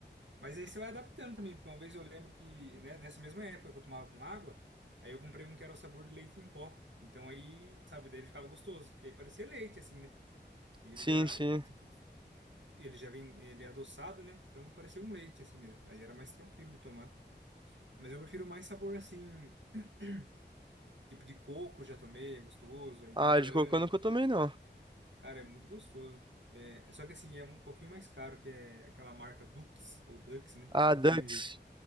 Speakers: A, on the right (about 80°); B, on the right (about 25°).
A: Mas aí você vai adaptando também, porque uma vez eu lembro que, né, nessa mesma época que eu tomava com água, aí eu comprei um que era o sabor de leite em pó. Então aí, sabe, daí ele ficava gostoso, que aí parecia leite, assim, né? E ele
B: Sim,
A: já,
B: sim.
A: já- tipo, ele já vem, ele é adoçado, né? Então parecia um leite, assim mesmo. Aí era mais tranquilo de tomar. Mas eu prefiro mais sabor assim, <clears throat> tipo de coco já tomei, é gostoso, aí
B: Ah,
A: de morango.
B: de cocô eu nunca tomei, não.
A: Cara, é muito gostoso. É, é só que assim, é um pouquinho mais caro, que é aquela marca Dux, ou Dux, né?
B: Ah,
A: Cada
B: Dux.
A: um fala de um jeito.